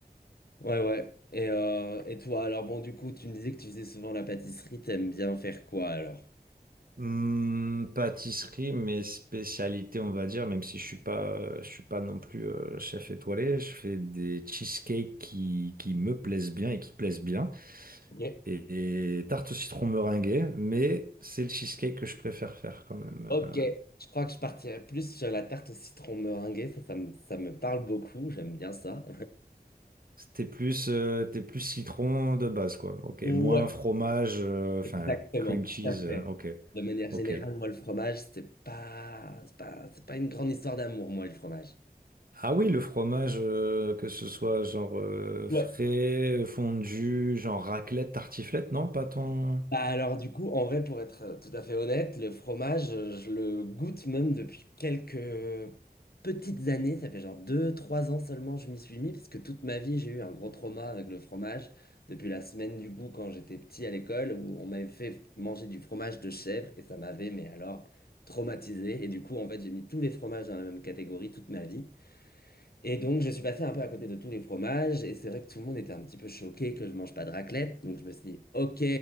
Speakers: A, on the left; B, on the right.
A: Ouais, ouais. Et, euh, et toi, alors bon, du coup, tu me disais que tu faisais souvent la pâtisserie, t'aimes bien faire quoi alors?
B: Hum, pâtisserie, mes spécialités, on va dire, même si je suis pas, euh, je suis pas non plus euh, chef étoilé, je fais des cheesecakes qui, qui me plaisent bien et qui plaisent bien,
A: Ok.
B: et, et tarte au citron meringuée, mais c'est le cheesecake que je préfère faire quand même.
A: Ok,
B: euh,
A: je crois que je partirais plus sur la tarte au citron meringuée, ça, ça me, ça me parle beaucoup, j'aime bien ça.
B: T'es plus, euh, t'es plus citron de base, quoi. Ok.
A: Ouais,
B: Moins fromage, euh, enfin,
A: exactement,
B: cream
A: tout
B: cheese.
A: à fait.
B: euh, ok.
A: De manière
B: Ok.
A: générale, moi, le fromage, c'est pas, c'est pas, c'est pas une grande histoire d'amour, moi, le fromage.
B: Ah oui, le fromage, euh, que ce soit genre euh,
A: Ouais,
B: frais, fondu, genre raclette, tartiflette, non, pas ton.
A: Bah alors du coup, en vrai, pour être euh, tout à fait honnête, le fromage, euh, je le goûte même depuis quelques petites années. Ça fait genre deux, trois ans seulement je m'y suis mis, parce que toute ma vie, j'ai eu un gros trauma avec le fromage. Depuis la semaine du goût, quand j'étais petit à l'école, où on m'avait fait manger du fromage de chèvre, et ça m'avait, mais alors, traumatisé. Et du coup, en fait, j'ai mis tous les fromages dans la même catégorie toute ma vie. Et donc, je suis passé un peu à côté de tous les fromages. Et c'est vrai que tout le monde était un petit peu choqué que je mange pas de raclette. Donc, je me suis dit, OK,